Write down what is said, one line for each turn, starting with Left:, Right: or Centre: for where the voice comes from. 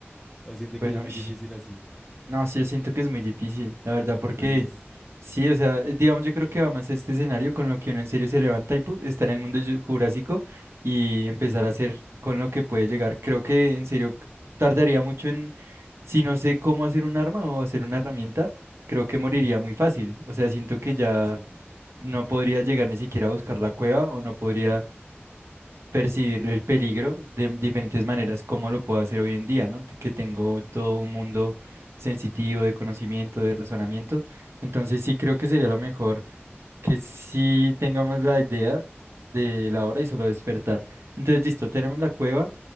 Centre: O siente
Right: Bueno,
Centre: que ya es muy
Right: <laughs>
Centre: difícil así.
Right: No, sí, yo siento que es muy difícil, la verdad,
Centre: Bueno,
Right: porque
Centre: entonces,
Right: sí, o sea, eh, digamos, yo creo que va más este escenario con lo que uno en serio se levanta y pu, está en el mundo ju- jurásico y empezar a hacer con lo que puede llegar. Creo que en serio tardaría mucho en, si no sé cómo hacer un arma o hacer una herramienta, creo que moriría muy fácil. O sea, siento que
Centre: también
Right: ya
Centre: sí.
Right: no podría llegar ni siquiera a buscar la cueva o no podría percibir el peligro de diferentes maneras, como lo puedo hacer hoy en día, ¿no? Que tengo todo un mundo sensitivo de conocimiento, de razonamiento. Entonces sí creo que sería lo mejor que sí tengamos la idea de la hora y solo despertar. Entonces, listo, tenemos la cueva,